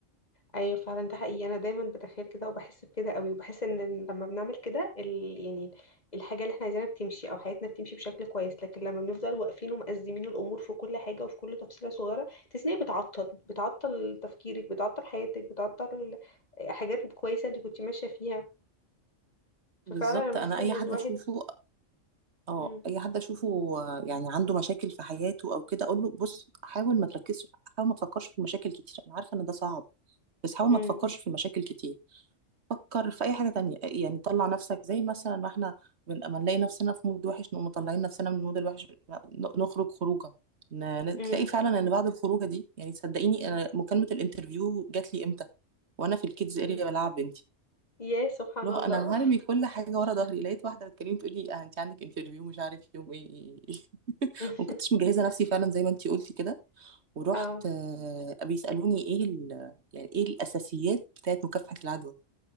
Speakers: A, on the left; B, on the right.
A: ايوه فعلا ده حقيقي انا دايما بتخيل كده وبحس بكده قوي وبحس ان لما بنعمل كده ال... يعني الحاجة اللي احنا عايزينها بتمشي او حياتنا بتمشي بشكل كويس لكن لما بنفضل واقفين ومأزمين الامور في كل حاجة وفي كل تفصيلة صغيرة تحسي ان هي بتعطل بتعطل تفكيرك بتعطل حياتك بتعطل حاجات كويسة انت كنت ماشية فيها ففعلا
B: بالظبط
A: انا بحس
B: انا
A: ان
B: اي حد
A: الواحد
B: اشوفه اه
A: امم
B: اي حد اشوفه آه، يعني عنده مشاكل في حياته او كده اقول له بص حاول ما تركزش حاول ما تفكرش في المشاكل كتير انا عارفة ان ده صعب بس حاول
A: امم
B: ما تفكرش في المشاكل كتير فكر في اي حاجه تانية يعني طلع نفسك زي مثلا ما احنا من- ما نلاقي نفسنا في مود وحش نقوم مطلعين نفسنا من المود الوحش ن- نخرج خروجه ن- ن-
A: امم
B: تلاقي فعلا ان بعد الخروجه دي يعني صدقيني انا مكالمه الانترفيو جات لي امتى وانا في الكيدز
A: فهمت.
B: اريا بلعب بنتي
A: يا سبحان
B: لو
A: الله
B: انا هرمي كل حاجه ورا ظهري لقيت واحده بتكلمني تقول لي آه انت عندك انترفيو مش عارف يوم ايه <laughs>
A: <laughs>
B: ما كنتش مجهزه نفسي فعلا زي ما انت قلتي كده ورحت
A: اه
B: آه، بيسالوني ايه ال- يعني ايه الاساسيات بتاعت مكافحه العدوى